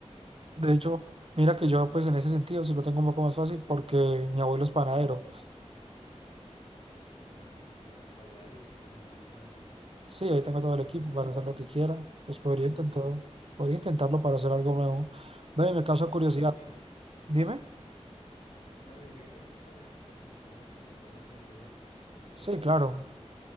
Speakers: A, on the left (about 80°); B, on the right (about 55°).
A: y
B: De
A: ya está.
B: hecho, mira que yo pues en ese sentido sí lo tengo un poco más fácil porque mi abuelo es panadero.
A: Bueno, mira, ya de ahí tenés un montonazo
B: Sí, ahí tengo todo
A: de
B: el equipo
A: pre- para
B: para
A: aprender.
B: hacer lo que quiera. Pues podría
A: Sí, sí,
B: intentar,
A: sí, sí.
B: podría intentarlo para hacer algo nuevo. Ve, me causa
A: Y
B: curiosidad.
A: es algo lindo.
B: Dime.
A: No digo que, que es un hobby bastante lindo, tenés que tener mucha paciencia igual. Eh,
B: Sí, claro.